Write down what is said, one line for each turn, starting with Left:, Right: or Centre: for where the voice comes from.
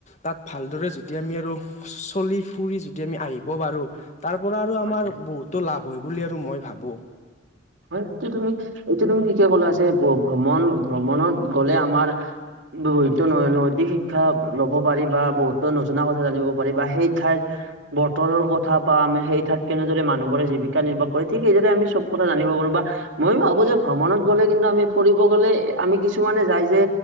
Left: তাত ভালদৰে যদি আমি আৰু চলি ফুৰি যদি আমি আহিব পাৰো। তাৰ পৰা আৰু
Right: হয়
Left: আমাৰ বহুতো লাভ হয় বুলি আৰু মই ভাবোঁ।
Right: হয় এইটো তুমি এইটো তুমি ঠিকে কলা যে ভ্ৰমণ ভ্ৰমণত গলে আমাৰ,,,, বহুত নৈতিক শিক্ষা ল'ব পাৰি বা বহুতো নজনা কথা জানিব পাৰি বা সেই ঠাইৰ,,, বতৰৰ কথা বা আমি সেই ঠাই কেনেদৰে মানুহোৰে জীৱিকা নিৰ্বাহ কৰে ঠিক সেইদৰে আমি চব কথা,,, জানিব পাৰো বা মই ভাবো যে ভ্ৰমণত গ'লে কিন্তু আমি ফুৰিব গলে আমি কিছুমানে যাই যে,,,,